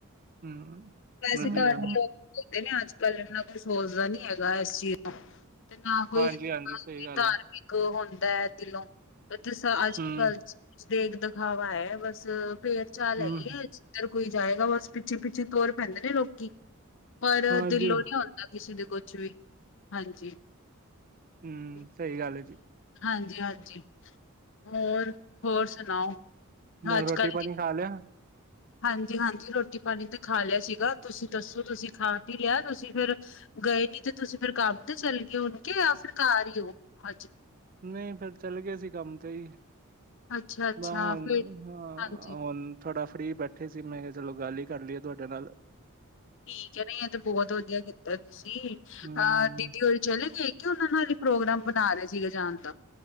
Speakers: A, on the right; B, on the left.
A: ਹੂੰ।
B: ਵੈਸੇ,
A: ਵਧੀਆ
B: ਘਟ ਲੋਕ ਹੁਣਦੇ ਨੇ, ਅੱਜ ਕੱਲ ਇੰਨਾ ਕੁਈ ਸੋਚਦਾ ਨੀ ਹੈਗਾ। ਇਸ ਚੀਜ਼ ਤੋਂ ਤੇ, ਨਾ ਕੋਈ,
A: ਹਾਂਜੀ
B: ਨਾਲ
A: ਹਾਂਜੀ ਸਹੀ ਗੱਲ
B: ਧਾਰਮਿਕ
A: ਹੈ
B: ਹੁੰਦਾ ਹੈ। ਦਿਲੋਂ ਜ ਅੱਜ
A: ਹੂੰ
B: ਕੱਲ ਦੇਖ ਦਿਖਾਵਾ ਹੈ। ਬਸ ਪੇਰ ਚਾਲ
A: ਹੂੰ
B: ਹੈਗੀ ਆ। ਕੋਈ ਜਾਏਗਾ। ਬਸ ਪਿੱਛੇ- ਪਿੱਛੇ, ਤੁਰ ਪੈਂਦੇ ਨੇ, ਲੋਕੀ ਪਰ
A: ਹਾਂਜੀ
B: ਦਿਲੋਂ ਨੀ, ਆਉਂਦਾ ਕਿਸੇ ਦੇ ਕੋਲ। ਹਾਂਜੀ,
A: ਹੂੰ
B: ਹਾਂਜੀ।
A: ਸਹੀ ਗੱਲ ਹੈ ਜੀ
B: ਹਾਂਜੀ- ਹਾਂਜੀ, ਹੋਰ। ਹੋਰ ਸੁਣਾਓ?
A: ਮੈਂ
B: ਅੱਜ
A: ਰੋਟੀ
B: ਕੱਲ
A: ਪਾਣੀ ਖਾ ਲਿਆ
B: ਹਾਂਜੀ, - ਹਾਂਜੀ, ਰੋਟੀ- ਪਾਣੀ ਤੇ, ਖਾ ਲਿਆ ਸੀਗਾ। ਤੁਸੀਂ ਦੱਸੋ? ਤੁਸੀਂ ਖਾ- ਪੀ ਲਿਆ। ਤੁਸੀਂ ਫੇਰ ਗਏ ਨੀ ਤੇ, ਤੁਸੀਂ ਫੇਰ ਕੰਮ ਤੇ ਚੱਲ ਗਏ। ਯਾ ਹੋਣ ਕੇ ਜਾਂ ਫੇਰ ਘਰ ਹੀ ਹੋ? ਹਾਂਜੀ।
A: ਨਹੀਂ ਫੇਰ ਚੱਲੇ ਗਏ ਸੀ। ਕੰਮ ਤੇ ਹੀ।
B: ਅੱਛਾ-ਅੱਛਾ,
A: ਬ ਹੁਣ
B: ਫਿਰ
A: ਹਾਂ।
B: ਹਾਂਜੀ,
A: ਹੋੁਣ ਥੋੜਾ ਫ ਕੜੀ ਬੈਠੇ ਸੀ। ਮੈਂ ਕਿਹਾ ਚਲੋ ਗੱਲ ਹੀ, ਕਰ ਲਈਏ ਤੁਹਾਡੇ ਨਾਲ।
B: ਠੀਕ ਹੈ। ਨਾ ਇਹ ਤੇ ਬਹੁਤ ਵਧੀਆ ਕੀਤਾ ਤੁਸੀਂ। ਅਹ
A: ਹੂੰ,
B: ਦੀਦੀ ਹੋਰ ਚਲੇ ਗਏ। ਕੀ, ਉਹਨਾਂ ਨਾਲ ਹੀ, ਪ੍ਰੋਗਰਾਮ ਬਣਾ, ਰਹੇ ਸੀਗੇ। ਜਾਣ ਦਾ।